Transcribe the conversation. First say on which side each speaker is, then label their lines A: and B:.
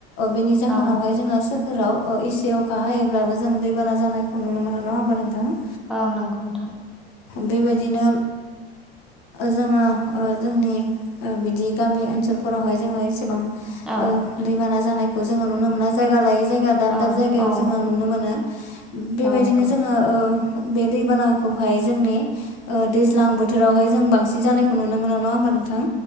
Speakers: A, on the left; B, in the centre.
A: बेनि जाहोनावहाय
B: औ
A: जोङो सोहोराव एसे अखा हायोब्लाबो जों दैबाना जानायखौ नुनो मोन नङा होमबा नोंथाङा
B: औ नोंगौ नोंथां
A: बेबायदिनो जोङो जोंनि बिदि गामि ओनसोलफोरावहाय जोङो एसेबां
B: औ
A: दैबाना जानायखौ जोङो नुनो मोना जायगा लायै जायगा दाब
B: औ
A: दाब जायगायाव
B: औ
A: जोङो नुनो मोनो बेबायदिनो
B: औ नंगौ
A: जोङो बे दैबानाखौहाय जोंनि दैज्लां बोथोरावहाय जों बांसिन जानायखौ नुनो मोनो नङा होमबा नोंथां थां